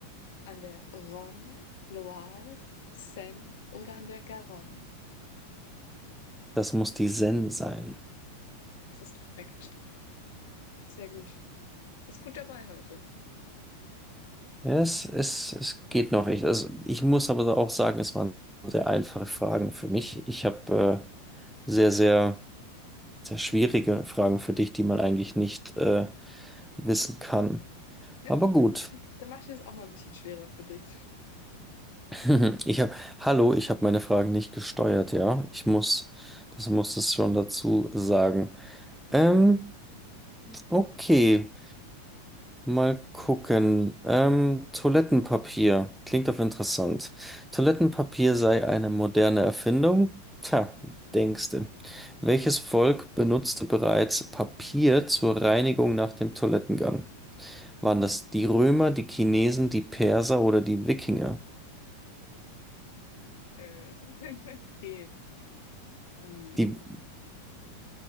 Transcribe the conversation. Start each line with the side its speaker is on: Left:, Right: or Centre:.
Left: An der Rhone, Loire, Seine oder an der Garonne?
Centre: Das muss die Zen sein.
Left: Das ist korrekt. Sehr gut. Bist gut dabei heute.
Centre: Ja, es, es, es geht noch. Ich, also ich muss aber auch sagen, es waren sehr einfache Fragen für mich. Ich habe äh, sehr, sehr. sehr schwierige Fragen für dich, die man eigentlich nicht äh, wissen kann.
Left: Ja
Centre: Aber
Left: gut,
Centre: gut.
Left: dann, will ich, dann mache ich das auch mal ein bisschen schwerer für dich.
Centre: <laughs> Ich habe, hallo, ich habe meine Fragen nicht gesteuert, ja. Ich muss, das muss es schon dazu sagen. Ähm, okay, mal gucken. Ähm, Toilettenpapier klingt doch interessant. Toilettenpapier sei eine moderne Erfindung? Tja, denkste. Welches Volk benutzte bereits Papier zur Reinigung nach dem Toilettengang? Waren das die Römer, die Chinesen, die Perser oder die Wikinger?
Left: Äh, <laughs> okay. Ähm,
Centre: Die,